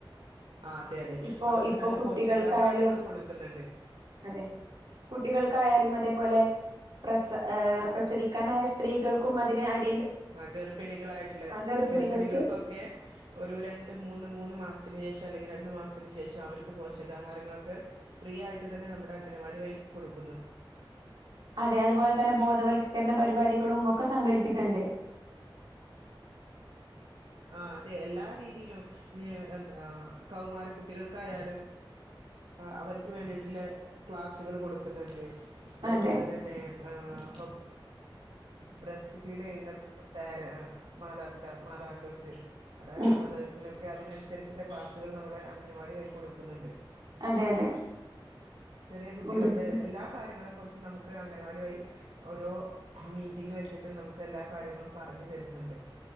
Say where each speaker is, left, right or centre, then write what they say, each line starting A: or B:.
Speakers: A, on the right; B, on the right.
A: ആഹ് അതെ അതെ
B: ഇപ്പൊ
A: അവർക്ക്
B: ഇപ്പൊ
A: നല്ല
B: കുട്ടികൾക്കായാലും
A: പോഷകാഹാരങ്ങൾ കൊടുക്കുന്നുണ്ട്
B: അതെ കുട്ടികൾക്കായാലും അതേപോലെ പ്രസ പ്രസവിക്കാനായ സ്ത്രീകൾക്കും അതിനടി
A: ആ ഗർഭിണികളായിട്ടുള്ളേ
B: ഗർഭിണികൾക്ക്
A: ഗർഭിണികൾക്കൊക്കെ ഒരു രണ്ട് മൂന്ന് മൂന്ന് മാസത്തിന് ശേഷം അല്ലെങ്കി രണ്ടു മാസത്തിന് ശേഷം അവർക്ക് പോഷകാഹാരങ്ങളൊ ക് ഫ്രീ ആയിട്ട് തന്നെ നമ്മുടെഅംഗ വാടി വൈ കൊടുക്കും
B: അതെ അതുപോലെ തന്നെ ബോധവൽക്കരണ പരിപാടിക കളും ഒക്കെ സംഘടിപ്പിക്കുണ്ട്
A: ആഹ് അതെ എല്ലാ രീതിയിലും എന്താ കൗമാര കുട്ടികൾക്കായാലും അവർക്ക് വേണ്ടിയിട്ടുള്ള ക്ലാസ്സുകൾ കൊടുക്കുന്നുണ്ട് അതുപോലെ
B: അതെ
A: തന്നെ അപ്പം ബ്രസ്റ്റ് ഫീഡ് ചെയ്യുന്ന പ്പം മാതാപിത മാതാക്കൾ ക് അതായത്
B: ഉം
A: മദേഴ്സിനെ ഒ അതിനനുസരിച്ചുള്ള ക്ലാസ്സുകൾ നമ്മുടെ അംഗൻവാടി വഴി കൊടുക്കുന്നുണ്ട്
B: അതെ അതെ
A: ചെറിയ കുട്ടികളുടെ
B: കൊടുക്ക്
A: എല്ലാ കാര്യങ്ങളെ കുറി നമുക്ക് അംഗൻവാടി വഴി ഓരോ മീറ്റിംഗ് വെച്ചിട്ടും നമുക്ക് എല്ലാ കാര്യങ്ങളും പറഞ്ഞു തരുന്നുണ്ട്